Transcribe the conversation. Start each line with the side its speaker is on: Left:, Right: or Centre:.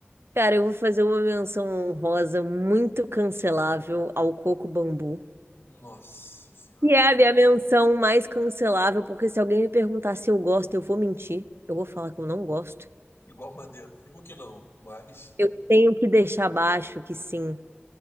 Right: Cara, eu vou fazer uma menção honrosa muito cancelável ao coco bambu.
Left: Nossa Senhora.
Right: E é a minha menção mais cancelável, porque se alguém me perguntar se eu gosto, eu vou mentir. Eu vou falar que eu não gosto.
Left: Igual madeira. Digo que não, mas.
Right: Eu tenho que deixar baixo que sim,